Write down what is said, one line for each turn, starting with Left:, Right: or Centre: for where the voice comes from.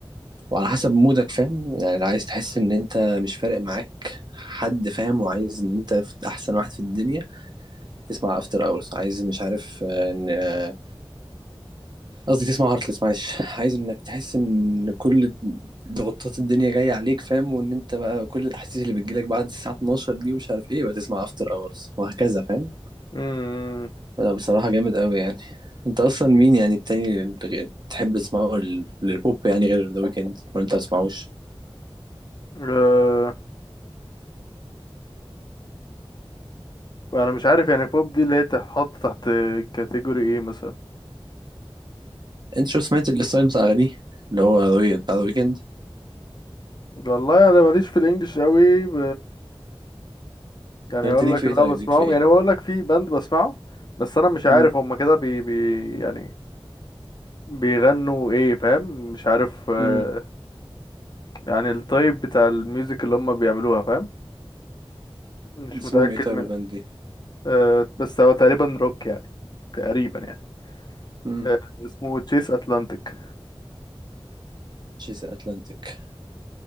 Right: وعلى حسب مودك فاهم يعني لو عايز تحس ان انت مش فارق معاك حد فاهم وعايز ان انت احسن واحد في الدنيا تسمع افتر اورز عايز مش عارف آه، ان آه، قصدي تسمع هارتلس معلش <laughs> عايز انك تحس ان كل ضغوطات الدنيا جايه عليك فاهم وان انت بقى كل الاحاسيس اللي بتجيلك بعد الساعه 12 دي ومش عارف ايه بتسمع افتر اورز وهكذا فاهم
Left: امم
Right: لا بصراحه جامد قوي يعني انت اصلا مين يعني التاني اللي تحب تسمعه لل- للبوب يعني غير ذا ويكند ولا انت ما تسمعوش
Left: آه، انا مش عارف يعني بوب دي اللي هي تتحط تحت كاتيجوري ايه مثلا
Right: انت شو سمعت الستايل بتاع اغانيه اللي هو The Weeknd- بتاع ذا ويكند
Left: والله انا ماليش في الانجليش قوي ب... يعني
Right: طب انت
Left: اقول
Right: ليك
Left: لك
Right: في
Left: اللي
Right: ايه طيب
Left: انا بسمعهم
Right: ليك في ايه
Left: يعني بقول لك في باند بسمعه بس انا مش عارف
Right: امم
Left: هم كده بي... بي يعني بيغنوا ايه فاهم مش عارف آه،
Right: امم
Left: يعني التايب بتاع الميوزك اللي هم بيعملوها فاهم مش
Right: اسمهم
Left: متأكد
Right: ايه طيب
Left: من
Right: الباند دي
Left: آه، بس هو تقريبا روك يعني تقريبا يعني
Right: امم
Left: آه، اسمه تشيس اتلانتيك
Right: تشيس اتلانتيك